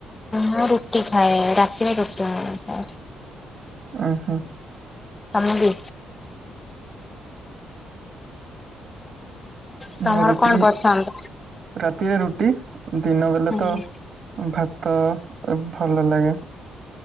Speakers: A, on the left (about 20°); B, on the right (about 60°).
A: ମୁଁ ରୁଟି ଖାଏ ରାତିରେ ରୁଟି ମୋର ଖାଏ।
B: ଓହୋ।
A: ତମେବି ତମର
B: ମୁଁ ରୁଟି
A: କଣ ପସନ୍ଦ?
B: ରାତିରେ ରୁଟି ଦିନ ବେଲ
A: ହୁଁ
B: ତ ଭାତ ଅଭଲ ଲାଗେ।